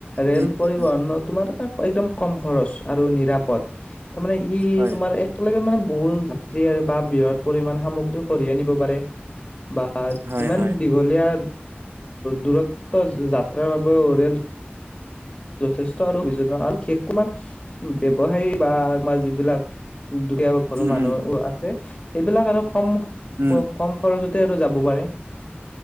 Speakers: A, on the left (about 30°); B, on the right (about 75°).
A: ৰেল
B: উম
A: পৰিবহন
B: উম
A: তোমাৰ একদম কম খৰচ আৰু নিৰাপদ তাৰমানে ই
B: হয়
A: তোমাৰ একটালৈকে মানে বহুত যাত্ৰী আৰু বা বৃহৎ পৰি সামগ্ৰী কঢ় আনিব পাৰে বা
B: হয়
A: যিমান
B: হয়
A: দীঘলীয়া দূৰত্ব যাত্ৰাৰ বাবেও ৰেল যথেষ্ট আৰু অভিয আৰু বিশেষকণাৰ ব্যৱসায়ী বা আমাৰ যিবিলাক দুখীয়াাক ঘৰৰ
B: উম
A: মানুহ
B: উম
A: আছে এইবিলাক আৰু কম
B: উম
A: কম খৰচত আৰু যাব পাৰে